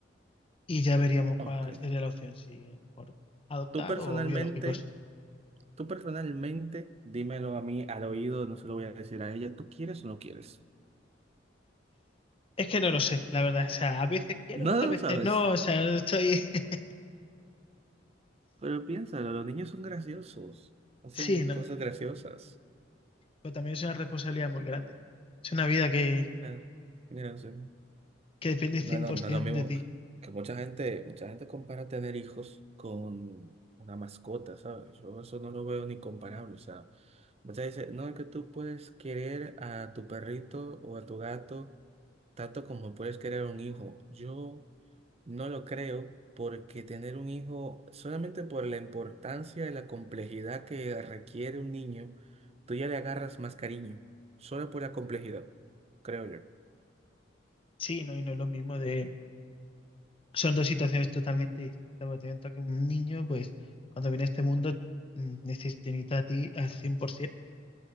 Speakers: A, on the left; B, on the right.
A: Y ya veríamos
B: Ok.
A: cuál sería la opción, si a lo mejor adoptar
B: Tú personalmente,
A: o biológicos.
B: tú personalmente, dímelo a mí al oído, no se lo voy a decir a ella. ¿Tú quieres o no quieres?
A: Es que no lo sé, la verdad. O sea, a veces quiero,
B: No,
A: otras veces
B: lo sabes.
A: no. O sea, no estoy... <laughs>
B: Pero piénsalo, los niños son graciosos, hacen
A: Sí, no.
B: cosas graciosas.
A: Pero también es una responsabilidad muy grande. Es una vida que,
B: Eh, no sé.
A: que depende
B: No,
A: 100%
B: no, no es lo mismo
A: de ti.
B: que mucha gente, mucha gente compara tener hijos con una mascota, ¿sabes? Yo eso no lo veo ni comparable, o sea, muchas veces, no, es que tú puedes querer a tu perrito o a tu gato Tanto como puedes querer un hijo, yo no lo creo porque tener un hijo, solamente por la importancia y la complejidad que requiere un niño, tú ya le agarras más cariño, solo por la complejidad, creo yo.
A: Sí, no, y no es lo mismo de... Son dos situaciones totalmente distintas, porque tanto que un niño, pues, cuando viene a este mundo, mm, neces- te necesita a ti al 100%.